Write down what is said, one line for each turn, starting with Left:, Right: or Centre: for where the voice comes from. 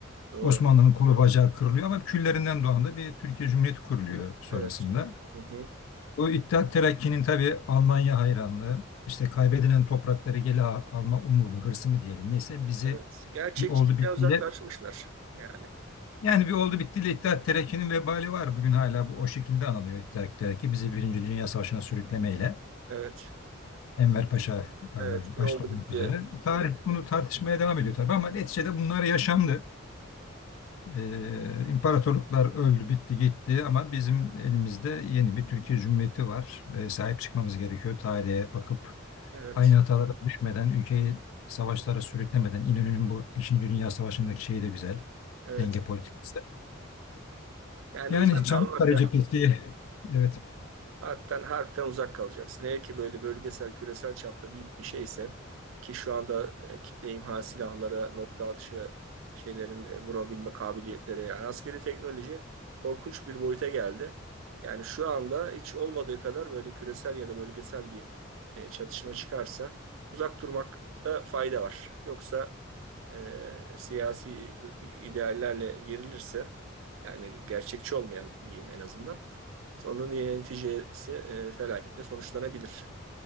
Right: doğru.
Left: Osmanlı'nın kolu bacağı kırılıyor ama küllerinden doğan da bir Türkiye Cumhuriyeti kuruluyor sonrasında.
Right: Evet. Hı hı.
Left: O İttihat Terakki'nin tabii Almanya hayranlığı, işte kaybedilen toprakları geri al- alma umudu, hırsı mı diyelim neyse bizi
Right: Evet. Gerçekçilikten
Left: bir oldu bittiyle.
Right: uzaklaşmışlar yani.
Left: Yani bir oldu bittiyle İttihat Terakki'nin vebali var. Bugün hala bu o şekilde anılıyor İttihat Terakki. Bizi Birinci Dünya Savaşı'na sürüklemeyle.
Right: Evet.
Left: Enver Paşa e,
Right: Evet, bir
Left: başta
Right: oldu
Left: olmak
Right: bitti
Left: üzere. Tarih
Right: olabilir.
Left: bunu tartışmaya devam ediyor tabii ama neticede bunlar yaşandı. E, imparatorluklar öldü, bitti, gitti ama bizim elimizde yeni bir Türkiye Cumhuriyeti var. ve sahip çıkmamız gerekiyor. Tarihe bakıp
Right: Evet,
Left: aynı hatalara düşmeden, ülkeyi savaşlara sürüklemeden, İnönü'nün bu İkinci Dünya Savaşı'ndaki şeyi de güzel.
Right: evet.
Left: Denge politikası.
Right: Yani
Left: Yani
Right: uzak
Left: Çanakkale
Right: kalmak lazım.
Left: cephesi evet
Right: Harpten, harpten uzak kalacaksın. Hele ki böyle bölgesel, küresel çapta büyük bir şeyse ki şu anda e, kitle imha silahlara, nokta atışı şeylerin e, vurabilme kabiliyetleri yani askeri teknoloji korkunç bir boyuta geldi. Yani şu anda hiç olmadığı kadar böyle küresel ya da bölgesel bir e, çatışma çıkarsa uzak durmakta fayda var. Yoksa e, siyasi e, ideallerle gerilirse yani gerçekçi olmayan diyeyim en azından Sonun neticesi e, felaketle sonuçlanabilir.